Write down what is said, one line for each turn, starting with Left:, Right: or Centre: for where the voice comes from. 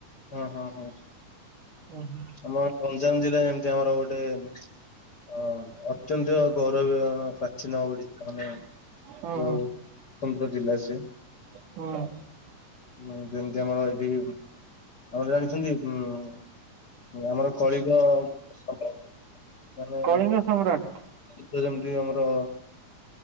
Left: ଅଁ ହଁ ହଁ
Right: ହୁଁ ହୁଁ
Left: ଆମ ଗଞ୍ଜାମ ଜିଲ୍ଲାରେ ଏମିତି ଆମର ଗୋଟେ ଉଁ ମ୍ ହଁ ଅତ୍ୟନ୍ତ ଗୌରବିୟ ହଁ ପ୍ରାଚୀନ ଓଡ଼ିଶା ମାନେ
Right: ହୁଁ
Left: ଯୋଉ ସ୍ୱତନ୍ତ୍ର ଜିଲ୍ଲା ସିଏ।
Right: ହଁ।
Left: ହୁଁ ଯେମିତି ଆମର ଏଇଠି ଆଉ ଜାଣିଛନ୍ତି ଉଁ ଆମର କଳିଙ୍ଗ ସାମ୍ରାଜ୍ୟ ମାନେ
Right: କଳିଙ୍ଗ ସମ୍ରାଟ
Left: ଯୁଦ୍ଧ ଯେମିତି ଆମର